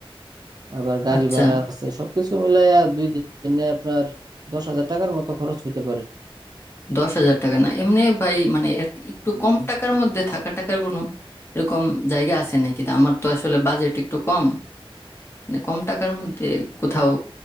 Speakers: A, on the right; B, on the left.
A: আবার গাড়ি
B: আচ্ছা
A: ভাড়া আছে সবকিছু মিলাইয়া দুই দিনে আপনার দশ হাজার টাকার মতো খরচ হইতে পারে
B: দশ হাজার টাকা না এমনি ভাই মানে এর একটু
A: উম,
B: কম টাকার মধ্যে থাকা টাকার কোনো এরকম জায়গা আছে নাকি তা আমার তো আসলে বাজেট একটু কম মানে কম টাকার মধ্যে কোথাও